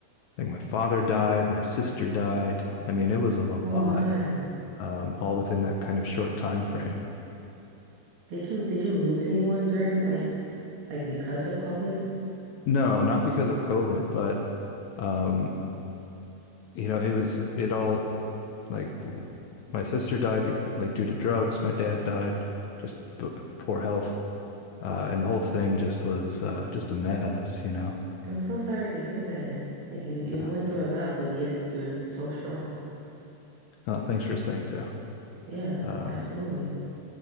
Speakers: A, on the left; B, on the right.
A: like my father died, my sister died. I mean, it was a lot,
B: Oh my.
A: um, all within that kind of short time frame.
B: Did you did you lose anyone during like like because of COVID?
A: No, not because of COVID, but um, you know, it was it all like my sister died be- like due to drugs, my dad died just b- poor health Uh, and the whole thing just was uh, just a mess, you know.
B: I'm so sorry to hear that. Like you you
A: Yeah.
B: went through a lot, but yet you're so strong.
A: Oh, thanks for saying so.
B: Yeah,
A: Um,
B: absolutely.